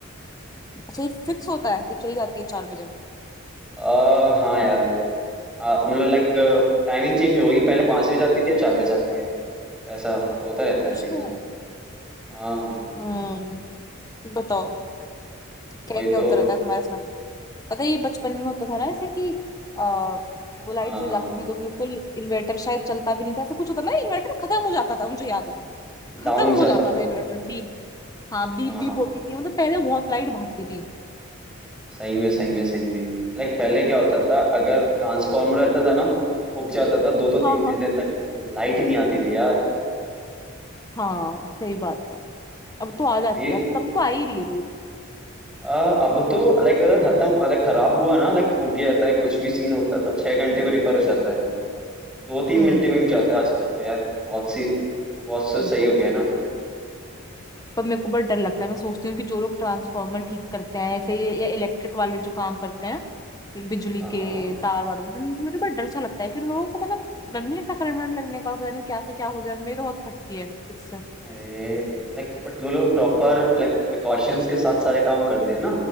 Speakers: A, on the left; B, in the centre.
A: अच्छा ये फिक्स होता है कि चली जाती है चार बजे
B: आ, हाँ यार आ, मतलब लाइक टाइमिंग चेंज हो गई पहले पाँच बजे जाती थी और चार बजे जाती है तो ऐसा होता रहता
A: अच्छा
B: है चेंज हाँ
A: हम्म बताओ
B: वही
A: क्या क्या
B: तो
A: होता रहता है तुम्हारे साथ पता है ये बचपन में होता था ना ऐसे कि आ, वो लाइट
B: हाँ
A: चली जाती थी तो बिल्कुल इन्वर्टर शायद चलता भी नहीं था ऐसे कुछ होता ना इन्वर्टर खत्म हो जाता था मुझे याद है खत्म
B: डाउन
A: हो
B: जाता
A: जाता
B: था
A: था इन्वर्टर बीप हाँ बीप
B: हाँ
A: बीप
B: हाँ
A: होती थी मतलब पहले बहुत लाइट भागती थी
B: सही में सही में सही में लाइक पहले क्या होता था अगर ट्रांसफार्मर रहता था ना तो फूक जाता था दो दो
A: हाँ
B: तीन तीन
A: हाँ
B: दिन तक लाइट ही नहीं आती थी यार
A: हाँ सही बात है अब तो आ
B: Like,
A: जाती
B: ये
A: है अब तब तो आ ही रही है रोज
B: आ, अब तो लाइक अगर खत्म लाइक खराब हुआ ना लाइक फूक गया जाता है कुछ भी सीन होता है तो छह घंटे में रिपेयर हो जाता है दो तीन
A: हम्म
B: घंटे में हो जाता है आजकल तो यार बहुत सी बहुत से
A: सही
B: सही
A: बात
B: हो गया है ना आजकल तो
A: पर मेरे को बहुत डर लगता है मैं सोचती हूँ कि जो लोग ट्रांसफार्मर ठीक करते हैं ऐसे ये- या इलेक्ट्रिक वाले जो काम करते हैं बिजली
B: हाँ
A: के
B: हाँ
A: तार वारों को तो मुझे बड़ा डर सा लगता है कि उन लोगों को मतलब डर नहीं लगता करंट वरंट लगने का पता नहीं क्या से क्या हो जाए मेरी तो बहुत फटती है इससे
B: अरे लाइक बट वो लोग प्रॉपर लाइक प्रिकॉशंस के साथ सारे काम करते हैं ना